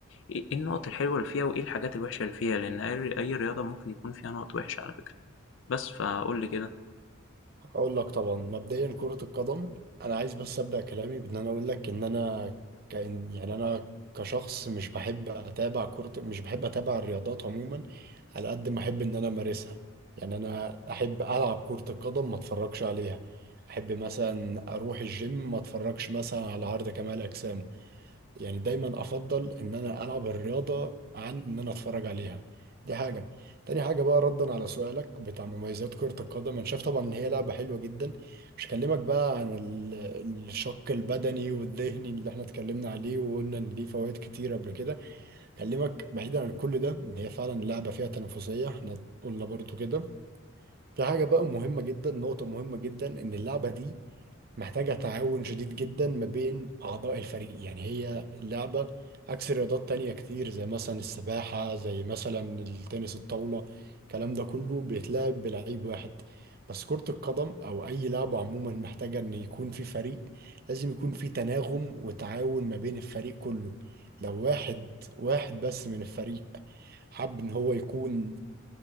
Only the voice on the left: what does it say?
إيه إيه النقط الحلوة اللي فيها وإيه الحاجات الوحشة اللي فيها، لأن أي ر أي رياضة ممكن يكون فيها نقط وحشة على فكرة، بس فقُل لي كده.